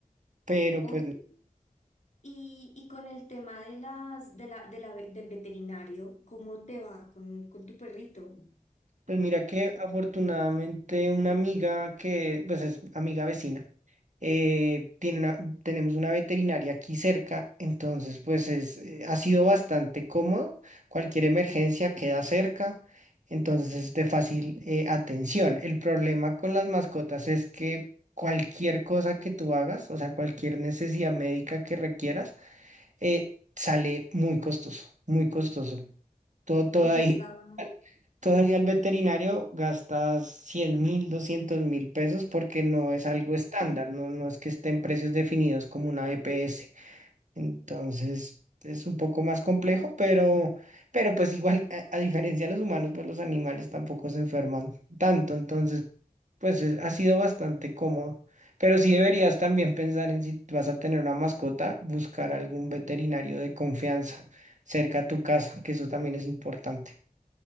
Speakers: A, on the right; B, on the left.
A: pero
B: Ujú.
A: pues
B: Y, y con el tema de las, de la, de la ve- del veterinario, ¿cómo te va con, con tu perrito?
A: Pues mira que afortunadamente una amiga que, pues es amiga vecina, eh, tiene una, tenemos una veterinaria aquí cerca, entonces pues es, eh, ha sido bastante cómodo, cualquier emergencia queda cerca, entonces es de fácil eh, atención. El problema con las mascotas es que cualquier cosa que tú hagas, o sea, cualquier necesidad médica que requieras, eh, sale muy costoso, muy costoso. Todo, todo
B: Yo
A: ahí
B: estaba,
A: Todavía al veterinario gastas cien mil, doscientos mil pesos porque no es algo estándar, no, no es que estén precios definidos como una EPS. Entonces es un poco más complejo, pero, pero pues igual, a, a diferencia de los humanos, pues los animales tampoco se enferman tanto. Entonces, pues es- ha sido bastante cómodo. Pero sí deberías también pensar en si vas a tener una mascota, buscar algún veterinario de confianza cerca a tu casa, que eso también es importante.